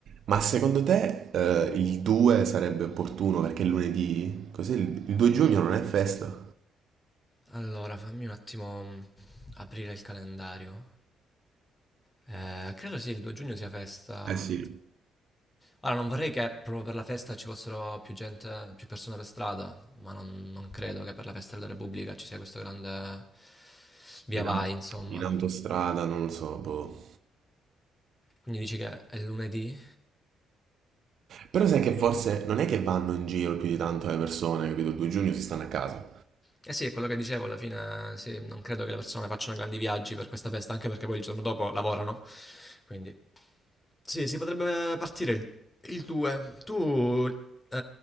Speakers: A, on the right; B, on the left.
A: ma secondo te, eh, il 2 sarebbe opportuno perché è lunedì? Così il, il 2 giugno non è festa?
B: Allora, fammi un attimo mm, aprire il calendario. Eh, credo sì, il 2 giugno sia festa.
A: Eh sì.
B: Ora, non vorrei che proprio per la festa ci fossero più gente, più persone per strada, ma non, non credo che per la festa della Repubblica ci sia questo grande via
A: In,
B: vai,
A: aut-
B: insomma.
A: in autostrada, non lo so, boh.
B: Quindi dici che è lunedì?
A: Però sai che forse non è che vanno in giro più di tanto le persone, capito? Il 2 giugno si stanno a casa.
B: Eh sì, è quello che dicevo, alla fine eh, sì, non credo che le persone facciano grandi viaggi per questa festa, anche perché poi il giorno dopo lavorano. Quindi sì, si potrebbe partire il, il 2. Tu eh,